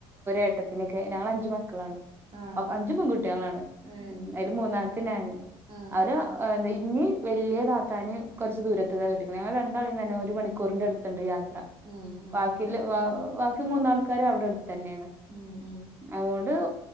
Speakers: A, on the right; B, on the right.
A: ഏട്ടത്തിനെയൊക്കെ ഞങ്ങൾ അഞ്ച് മക്കളാണ്.
B: ആഹ് ആഹ്
A: അഞ്ചു പെൺകുട്ടികളാണ്
B: ഏഹ്
A: ഉം അയ്ല് മൂന്നാമത്തെ ഞാന്
B: ആഹ്
A: അവര്.
B: ആഹ്
A: എന്താ ഇന്നിം വല്ല്യ താത്താനിം കുറച്ച് ദൂരത് ക്കെട്ടിക്കുന്നത് ഞങ്ങൾ രണ്ടാളി തന്നെ ഒരു മണി. മിക്കൂറിന്റെ അടുത്തുണ്ട് യാത്ര
B: ആഹ് ആഹ്
A: ബാക്കി ബാക്കി മൂന്നാൾക്കാരും അവിടെടു. തന്നേൺ
B: ഉം ഉം
A: അതോണ്ട്